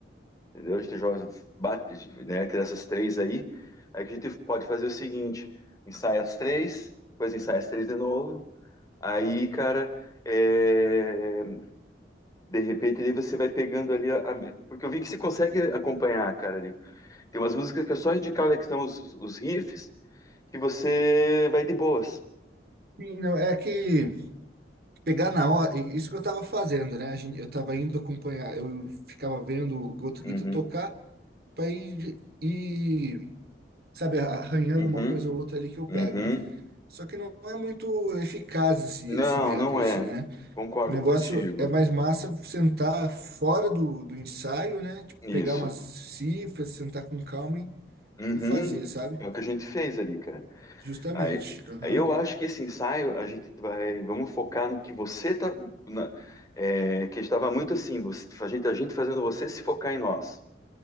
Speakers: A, on the left; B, on the right.
A: Entendeu? A gente joga, bate, né, que dessas três aí, aí que a gente pode fazer o seguinte, ensaia as três, depois ensaia as três de novo, aí, cara, é, de repente daí você vai pegando ali, a- a- porque eu vi que você consegue acompanhar, cara, ali. Tem umas músicas que é só indicar onde é que estão os, os riffs, que você vai de boas.
B: Sim, não, é que pegar na hora, e- isso que eu tava fazendo, né? A gente, eu tava indo acompanhar, eu ficava vendo o Goto
A: Uhum,
B: Guita tocar para ir, ir, sabe, arranhando
A: uhum,
B: uma coisa ou outra ali que eu
A: uhum.
B: pego, né? Só que não é muito eficaz esse,
A: Não,
B: esse método,
A: não é.
B: assim, né?
A: Concordo
B: O negócio
A: contigo.
B: é mais massa sentar fora do, do ensaio, né? Tipo,
A: Isso.
B: pegar umas cifras, sentar com calma e,
A: Uhum.
B: e fazer, sabe?
A: É o que a gente fez ali, cara.
B: Justamente.
A: Aí,
B: Aham.
A: aí eu acho que esse ensaio a gente vai, vamos focar no que você tá, na- é, que estava muito assim, você- a gente, a gente fazendo você se focar em nós.